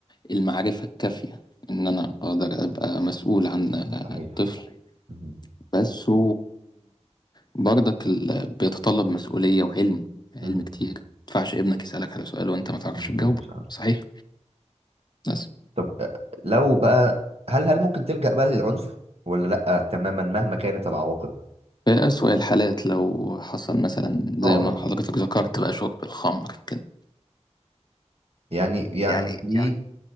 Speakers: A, on the left (about 35°); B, on the right (about 55°).
A: المعرفة الكافية ان انا اقدر ابقى مسؤول عن آه،
B: صحيح
A: طفل
B: مهم.
A: بس و برضك ال... بيتطلب مسؤولية وعلم علم
B: مم.
A: كتير ما ينفعش ابنك يسألك على سؤال وانت ما تعرفش
B: مم.
A: تجاوبه
B: ده مش عارف
A: صحيح بس
B: طب آه، لو بقى هل هل ممكن تلجأ بقى للعنف ولا لا تماما مهما كانت العواقب
A: في أسوأ الحالات لو حصل مثلا زي
B: اه
A: ما حضرتك ذكرت بقى شرب الخمر كده
B: يعني يعني
A: يعني
B: في
A: يعني